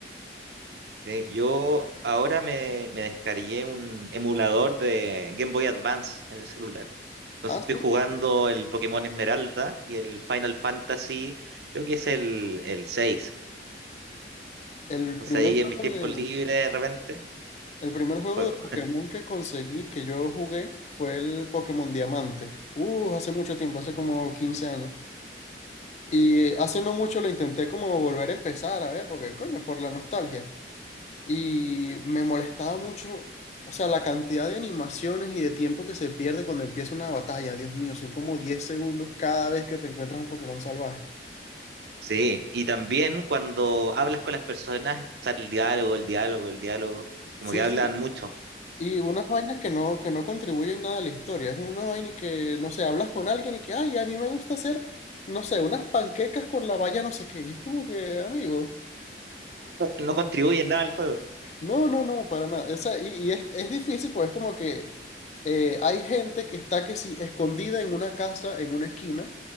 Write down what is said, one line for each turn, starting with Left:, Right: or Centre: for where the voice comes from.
Right: Eh, Yo ahora me, me descargué un emulador de Game Boy Advance en el celular. Entonces
Left: Ah,
Right: estoy
Left: sí.
Right: jugando el Pokémon Esmeralda y el Final Fantasy, creo que es el, el 6.
Left: El
Right: Entonces
Left: primer
Right: ahí
Left: juego
Right: en mis tiempos
Left: de,
Right: libres de repente.
Left: el primer juego
Right: juego
Left: de Pokémon que conseguí, que yo jugué, fue el Pokémon Diamante. Uh, hace mucho tiempo, hace como 15 años. Y hace no mucho lo intenté como volver a empezar, a ver, porque coño, por la nostalgia. Y me molestaba mucho, o sea, la cantidad de animaciones y de tiempo que se pierde cuando empieza una batalla. Dios mío, son como 10 segundos cada vez que te encuentras un Pokémon salvaje.
Right: Sí, y también cuando hablas con las personas, está el diálogo, el diálogo, el diálogo,
Left: Sí,
Right: como que hablan
Left: sí.
Right: mucho,
Left: Y unas vainas que no, que no contribuyen nada a la historia. Es una vaina y que, no sé, hablas con alguien y que, ay, a mí me gusta hacer, no sé, unas panquecas con la valla no sé qué. Y es como que, amigo,
Right: <laughs> no contribuyen nada al juego.
Left: no, no, no, para nada. O sea, y, y es, es difícil, pues es como que eh, hay gente que está que sí, escondida en una casa, en una esquina,